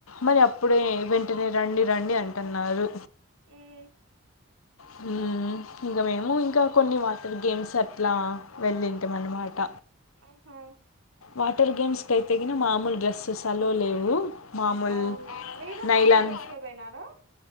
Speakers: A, on the left; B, on the right.
A: మరి అప్పుడే వెంటనే రండి రండి అంటున్నారు
B: మ్
A: హుమ్మ్ ఇంకా మేము ఇంకా కొన్ని వాటర్ గేమ్స్ అట్లా వెళ్ళింటిఅనమాట
B: ఆహా
A: వాటర్ గేమ్స్కి అయితే గిన మామూలు డ్రెస్సెస్ అలో లేవు మామూలు
B: అవును మీరు
A: నైలాన్
B: మామూలు డ్రస్ లో పోయినారా